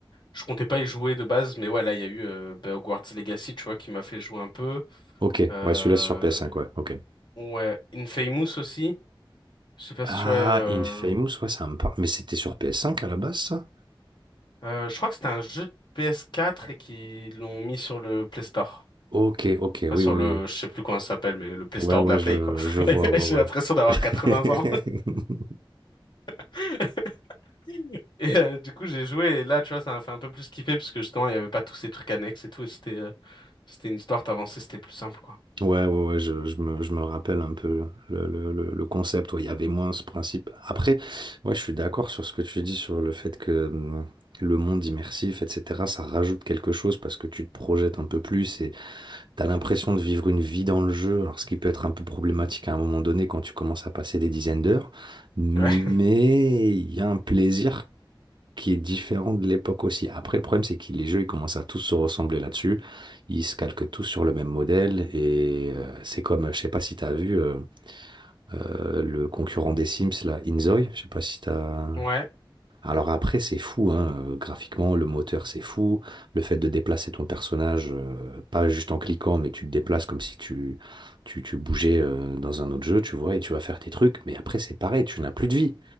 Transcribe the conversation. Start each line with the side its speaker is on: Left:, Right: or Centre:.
Left: je comptais pas y jouer de base. Mais ouais, là, il y a eu euh, ben, Hogwarts Legacy, tu vois, qui m'a fait jouer un peu.
Right: ok.
Left: Euh,
Right: Ouais, celui-là c'est sur PS5, ouais, ok.
Left: ouais, Infamous aussi. Je sais pas
Right: Ah,
Left: si tu vois... Euh...
Right: Infamous, ouais, ça me parle. Mais c'était sur PS5 à la base, ça?
Left: euh, je crois que c'était un jeu de PS4 et qu'ils l'ont mis sur le Play Store.
Right: Ok, ok, oui,
Left: Enfin, sur
Right: oui,
Left: le,
Right: oui.
Left: je sais plus comment ça s'appelle, mais le Play
Right: Ouais,
Left: Store
Right: ouais,
Left: de la
Right: je,
Left: Play, quoi.
Right: je vois,
Left: <laughs>
Right: ouais,
Left: J'ai l'impression d'avoir 80
Right: ouais.
Left: ans.
Right: <laughs>
Left: <laughs> Et euh, du coup, j'ai joué et là, tu vois, ça m'a fait un peu plus kiffer parce que justement, il n'y avait pas tous ces trucs annexes et tout. et C'était euh, c'était une histoire, t'avançais, c'était plus simple, quoi.
Right: Ouais, ouais, ouais, je, je me, je me rappelle un peu le, le, le, le concept. Ouais, il y avait moins ce principe. Après, ouais, je suis d'accord sur ce que tu dis sur le fait que hum, le monde immersif, etc., ça rajoute quelque chose parce que tu te projettes un peu plus et tu as l'impression de vivre une vie dans le jeu. Alors, ce qui peut être un peu problématique à un moment donné quand tu commences à passer des dizaines d'heures, mais
Left: Ouais. <laughs>
Right: il y a un plaisir qui est différent de l'époque aussi. Après, le problème, c'est que les jeux, ils commencent à tous se ressembler là-dessus. Ils se calquent tous sur le même modèle. Et euh, c'est comme, je sais pas si tu as vu euh, euh, le concurrent des Sims, là, Inzoi. Je sais pas si tu as...
Left: Ouais.
Right: Alors après, c'est fou, hein, euh, graphiquement, le moteur, c'est fou. Le fait de déplacer ton personnage, euh, pas juste en cliquant, mais tu te déplaces comme si tu, tu, tu bougeais euh, dans un autre jeu, tu vois, et tu vas faire tes trucs. Mais après, c'est pareil, tu n'as plus de vie.